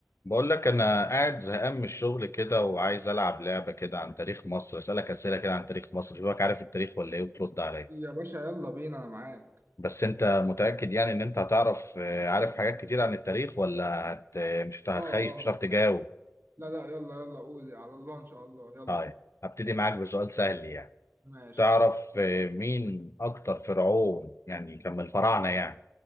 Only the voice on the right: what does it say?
يا باشا يلا بينا انا معاك
اه اه
لا لا يلا يلا قول على الله ان شاء الله يلا
ماشي